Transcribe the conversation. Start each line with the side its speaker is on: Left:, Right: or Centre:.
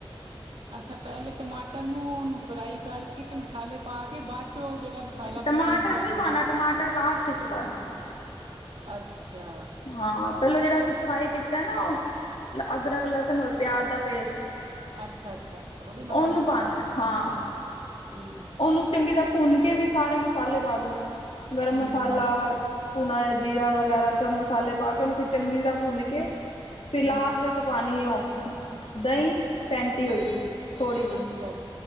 Right: ਅਛਾ ਪਹਿਲੇ ਟਮਾਟਰ ਨੂੰ ਫਰਾਈ ਕਰਕੇ ਮਸਾਲੇ ਪਾ ਕੇ ਬਾਅਦ ਚੋਂ ਜਿਹੜਾ ਮਸਾਲਾ
Left: ਟਮਾਟਰ
Right: ਬਣਾਇਆ ਅਦਰਕ
Left: ਨਹੀਂ ਪਾਉਣਾ
Right: ਮਿਸ
Left: ਟਮਾਟਰ ਲਾਸਟ ਚ ਪਾਉਣਾ।
Right: ਅੱਛਾ!
Left: ਹਾਂ, ਪਹਿਲਾਂ ਜਿਹੜਾ ਅਸੀਂ ਫ੍ਰਾਈ ਕੀਤਾ ਨਾ ਉਹ, ਅਦਰਕ, ਲਸਣ, ਰ ਪਿਆਜ ਦਾ ਪੇਸਟ
Right: ਅੱਛਾ-ਅੱਛਾ, ਅੱਛਾ ਉਹਦੇ ਮਸਾਲੇ
Left: ਉਹਨੂੰ ਪਾਉਣਾ
Right: ਪਾਨੇ?
Left: ਹਾਂ
Right: ਠੀਕ ਆ।
Left: ਉਹਨੂੰ ਚੰਗੀ ਤਰ੍ਹਾਂ ਭੁੰਨਕੇ ਵੀ ਸਾਰੇ ਮਸਾਲੇ ਪਾਦੋ, ਗਰਮ
Right: ਹੂੰ,
Left: ਮਸਾਲਾ
Right: ਹੂੰ
Left: ਭੁਨਾ ਹੋਇਆ ਜੀਰਾ ਵਗੈਰਾ ਸਭ ਮਸਾਲੇ ਪਾਕੇ ਉਹਨੂੰ ਫਿਰ ਚੰਗੀ ਤਰ੍ਹਾਂ ਭੁੰਨਕੇ, ਫਿਰ
Right: ਠੀਕ
Left: ਲਾਸਟ ਪਾਣੀ ਓ, ਦਹੀਂ ਫੈਂਟੀ ਹੋਈ,
Right: ਅੱਛਾ,
Left: ਥੋੜ੍ਹੀ ਜਿਹੀ।
Right: ਅੱਛਾ,